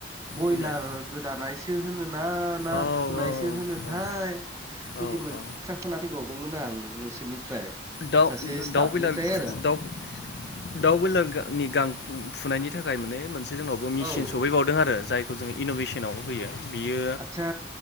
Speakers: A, on the right; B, on the left.
A: बयलार
B: बुंलाय
A: गोदानायसो होनो ना ना
B: औ
A: फुनायसो
B: औ
A: होनो थाय
B: औ
A: बिदि
B: औ
A: मोनसे
B: औ
A: <unintelligible> खोनाफैबावदोंमोन आं नोंसोरनिफ्राय
B: दाउ
A: सासे स्टाफनिफ्राय
B: दाउ बोयलार खु
A: आरो
B: दाउ दाउ बयलार गां नि गां फ फुनायनि थाखाय माने मोनसे जोंनाव बाव मिसिन
A: औ
B: सहैबावदों आरो जायखौ जोङो इन'भेसनाव होयो बियो
A: आदसा